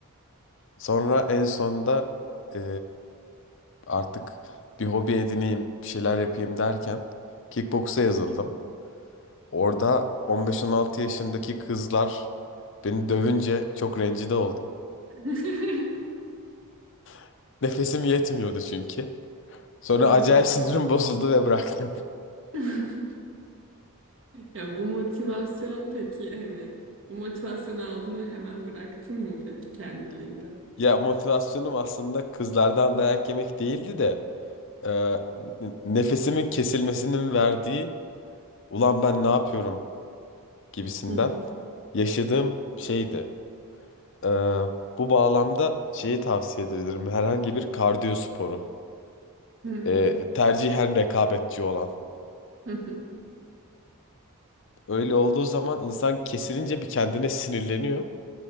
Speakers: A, on the left; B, on the right.
A: Sonra en sonda e, artık bir hobi edineyim, bir şeyler yapayım derken kickboksa yazıldım.
B: hı.
A: Orada 15-16 yaşındaki kızlar beni dövünce çok rencide oldum.
B: <laughs>
A: <laughs> Nefesim yetmiyordu çünkü. Sonra
B: Evet.
A: acayip sinirim <laughs> bozuldu ve bıraktım.
B: <laughs> Ya bu motivasyon peki hani bu motivasyonu aldın ve hemen bıraktın mı peki kendiliğinden?
A: Ya motivasyonum aslında kızlardan dayak yemek değildi de e, n- nefesimin kesilmesinin verdiği ulan ben ne yapıyorum gibisinden
B: Hı
A: yaşadığım şeydi. E, bu bağlamda şeyi tavsiye edebilirim. Herhangi bir kardiyo sporu.
B: hı.
A: E, tercihen rekabetçi olan.
B: Hı hı.
A: Öyle olduğu zaman insan kesilince bir kendine sinirleniyor.